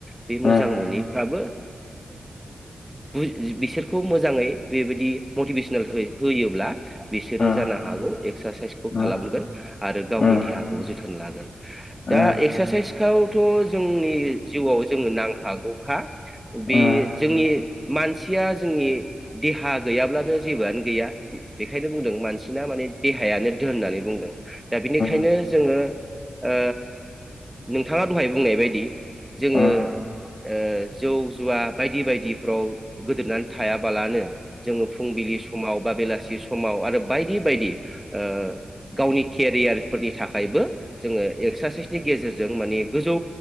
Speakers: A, in the centre; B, on the left.
A: बे मोजां
B: उम
A: मोनैफ्राबो <unintelligible> <unintelligible> बिसोरखौ मोजाङै बेबायदि मटिभेसनेल होयोब्ला बिसोरो
B: उम
A: जानो हागौ एक्सारसाइसखौ
B: उम
A: खालामगोन
B: उम
A: आरो गावनि
B: उम
A: देहाखौ जोथोन लागोन। दा
B: उम
A: एक्सारसाइसखौथ' जोंनि जिउआव जोङो नांखागौखा। बे
B: उम
A: जोंनि। मानसिया जोंनि देहा गैयाब्लानो जेबोआनो गैया बेखायनो बुंदों मानसिना माने देहायानो दोन होननानै बुंदों। दा बिनिखायनो
B: उम
A: जोङो ओ नोंथाङा दहाय बुंनाय बायदि। जोङो
B: उम
A: ओ जौ जुवा बायदि बायदि। फ्राव गोदोनानै थायाबालानो जोङो फुंबिलि समाव बा बेलासि समाव आरो बायदि' बदि ओ गावनि केरियार फोरनि थाखायबो जोङो एक्सारसाइसनि गेजेरजों गोजौ